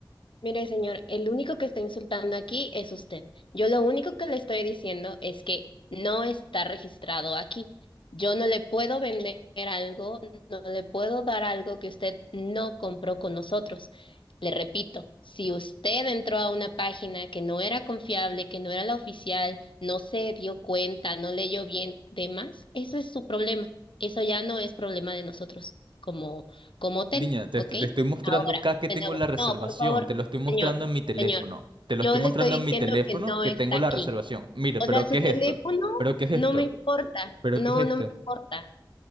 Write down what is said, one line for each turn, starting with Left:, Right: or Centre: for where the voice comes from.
Left: Mire, señor, el único que está insultando aquí es usted. Yo lo único que le estoy diciendo es que no está registrado aquí. Yo no le puedo vender algo, no le puedo dar algo que usted no compró con nosotros. Le repito, si usted entró a una página que no era confiable, que no era la oficial, no se dio cuenta, no leyó bien, demás, eso es su problema. Eso ya no es problema de nosotros como, como hotel,
Right: Niña, te,
Left: ¿ok?
Right: te estoy mostrando
Left: Ahora,
Right: acá que
Left: de
Right: tengo
Left: nuevo,
Right: la reservación,
Left: no, por favor.
Right: te lo estoy mostrando
Left: Señor,
Right: en mi teléfono,
Left: señor,
Right: te lo
Left: yo
Right: estoy
Left: le
Right: mostrando
Left: estoy diciendo
Right: en mi teléfono
Left: que no
Right: que
Left: está
Right: tengo
Left: aquí.
Right: la reservación. Mire,
Left: O
Right: pero
Left: sea, su
Right: ¿qué es
Left: teléfono
Right: esto? ¿Pero qué es esto?
Left: no me importa,
Right: ¿Pero
Left: no,
Right: qué es esto?
Left: no me importa.